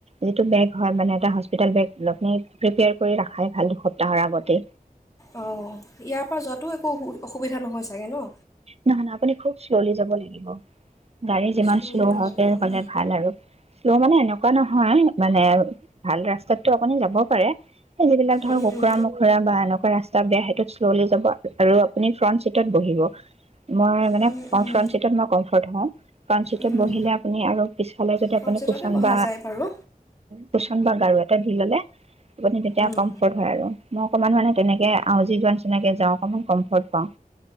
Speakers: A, on the right; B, on the left.
A: যিটো বেগ হয় এটা হস্পিটেলত তৈয়াৰ কৰি ৰখা ভাল সপ্তাহৰ আগতে।
B: অ', ইয়াৰ পৰা যোৱাটো একো অসুবিধা নহয় চাগে ন?
A: নহ না আপুনি খুব শ্ল'লি যাব লাগিব। গাড়ী যিমান
B: শ্ল'লি
A: শ্ল'
B: যাব
A: হওক
B: লাগিব
A: হলে
B: ন
A: ভাল আৰু শ্ল' মানে এনেকুৱা নহয় মানে ভাল ৰাস্তাতটো আপুনি যাব পাৰে যিবিলাক ধৰক
B: উম,
A: কুখুৰা মোখোৰা বা এনেকুৱা ৰাস্তা বেয়া সেইটোত শ্ল'লি যাব আৰু আপুনি ফ্ৰণ্ট চিটত বহিব। মই মানে
B: উম, উম,
A: ফ্ৰন্ট চিতে মানে হও ফ্ৰন্ট চিতত
B: উম।
A: বহিলে আপুনি পিছফালে
B: ফ্ৰণ্ট ছিটতে
A: প্ৰচন্দ
B: বহা যায় বাৰু
A: প্ৰচন্দ গাৰু এটা ভিৰ হ'লে যেতিয়া
B: উম,
A: কম্ফদ হয় আৰু। অকণমান মানে তেনেকে আ যি যোৱা নিচিনাকে যাওঁ অকণমান কমফৰ্ট পাওঁ